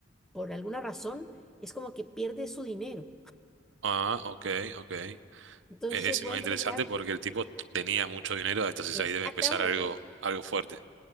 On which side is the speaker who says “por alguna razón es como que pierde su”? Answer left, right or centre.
Centre